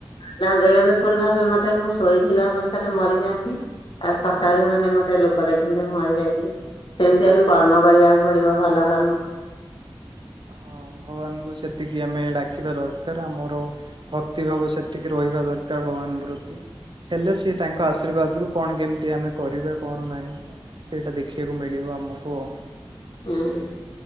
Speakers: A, on the left; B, on the right.
A: ତା ବେଳେବେଳେ ପୁଣି ଭାବେ ମତେ ଏ ମୁଁ ଶୋଇଥିବା ଅବସ୍ଥାରେ ମରିଯାଆନ୍ତି ଆଉ ସକାଳୁ
B: ହୁଁ
A: ମାନେ ମତେ ଲୋକ ଦେଖନ୍ତେ ମୁଁ ମରିଯାଇଛି। ସେମିତି
B: ହୁଁ।
A: ଏବେ କର୍ମ କରିବାକୁ ପଡିବ ଭଲ କର୍ମ
B: ହଁ ଭଗବାନଙ୍କୁ ସେତିକି ଆମେ ଡାକିବା ଦରକାର ଆମର ଭକ୍ତି ଭାବ ସେତିକି ରହି ରହିବା ଦରକାର ଭଗବାନ ପ୍ରତି ହେଲେ ସିଏ ତାଙ୍କ ଆଶୀର୍ବାଦରୁୁ କଣ କେମିତି ଆମେ କରିବା କଣ ନାହିଁ। ସେଇଟା ଦେଖିବାକୁ ମିଳିବ ଆମକୁ ଆଉ
A: ହୁଁ-ଉ